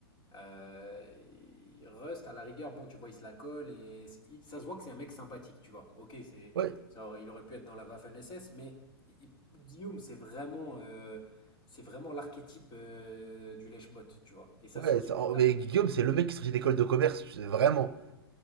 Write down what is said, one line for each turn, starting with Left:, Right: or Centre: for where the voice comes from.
Left: Euh, et Rust à la rigueur, bon tu vois il se la colle et c'est- il- ça se voit que c'est un mec sympathique, tu vois. Ok c'est
Right: Ouais,
Left: ça, aurait- il aurait pu être dans la Waffen-SS, mais il- Guillaume c'est vraiment euh, c'est vraiment l'archétype euh, du lèche-botte, tu vois. Et ça
Right: ouais.
Left: c'est insupportable.
Right: ça- oh, mais Guillaume, c'est le mec qui sortit d'école de commerce, tu sais, vraiment.